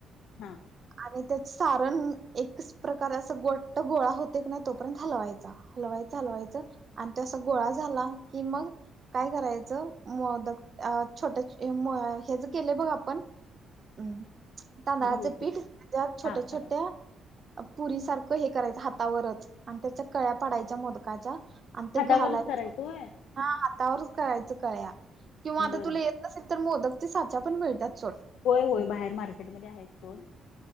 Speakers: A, on the left; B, on the right.
A: हां.
B: आणि त्याचं सारण एकच प्रकारे अस गोट्ट गोळा होतंय क नाही तोपर्यंत हलवायचा हलवाय चालवायचं आणि ते असं गोळा झाला की मग काय करायचं मोदक अ छोटं एम हेचं केलंय बघ आपण अम्म तांदळाचं
A: गहूच
B: पीठ त्यात छोट्या-छोट्या
A: हा तवा
B: पुरीसारखं हे करायचं हातावरच आणि त्याच्या कळ्या पाडायच्या मोद काच्या. आणि ते
A: हातावरच
B: घालायचं,
A: करायचं होय
B: हां हातावरच करायचं कळ्या. किंवा आता
A: बर
B: तुला
A: बर
B: येत नसेल तर मोदक साचा पण मिळत्यात सोड.
A: होय होय बाहेर मार्केटमध्ये आहेत सोड.